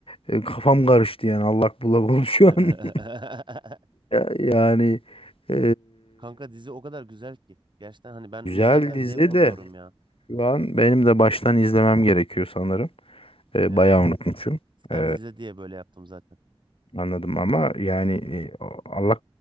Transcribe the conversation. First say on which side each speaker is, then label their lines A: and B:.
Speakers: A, on the left; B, on the right.
A: E, kafam karıştı yani allak bullak oldu şu
B: <laughs>
A: an. <laughs> Ya- Yani e,
B: Kanka dizi o kadar güzel ki. Gerçekten hani ben
A: güzel
B: izlerken
A: dizi
B: zevk alıyorum
A: de
B: ya.
A: şu an benim de baştan izlemem gerekiyor sanırım. E,
B: Evet.
A: bayağı unutmuşum.
B: Sen
A: E,
B: izle diye böyle yaptım zaten.
A: Anladım ama yani e, Allah